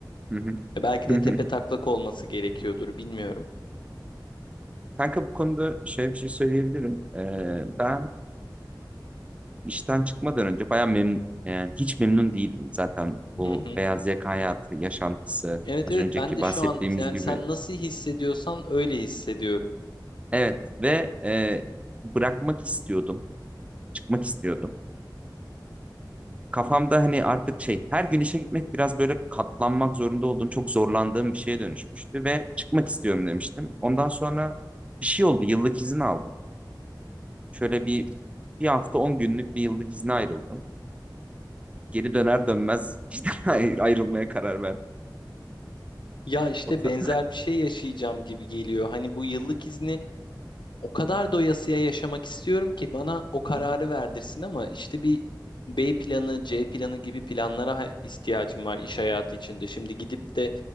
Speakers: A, on the right; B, on the left.
A: Hı hı.
B: E, Belki
A: Hı
B: de
A: hı.
B: tepe taklak olması gerekiyordur, bilmiyorum.
A: Kanka bu konuda şöyle bir şey söyleyebilirim. Ee, ben işten çıkmadan önce bayağı memnun, yani hiç memnun değildim zaten bu
B: Hı hı.
A: beyaz yaka hayatı, yaşantısı,
B: Evet
A: az
B: evet
A: önceki
B: ben de
A: bahsettiğimiz
B: şu an yani
A: gibi.
B: sen nasıl hissediyorsan öyle hissediyorum.
A: Evet ve e, bırakmak istiyordum, çıkmak istiyordum. Kafamda hani artık şey, her gün işe gitmek biraz böyle katlanmak zorunda olduğum, çok zorlandığım bir şeye dönüşmüştü ve çıkmak istiyorum demiştim. Ondan sonra bir şey oldu, yıllık izin aldım. Şöyle bir bir hafta 10 günlük bir yıllık izne ayrıldım. Geri döner dönmez işte <laughs> ayr- ayrılmaya karar verdim.
B: Ya işte
A: O ta-
B: benzer bir şey yaşayacağım gibi geliyor. Hani bu yıllık izni o kadar doyasıya yaşamak istiyorum ki bana o kararı
A: <laughs>
B: verdirsin ama işte bir B planı, C planı gibi planlara ha- ihtiyacım var iş hayatı içinde. Şimdi gidip de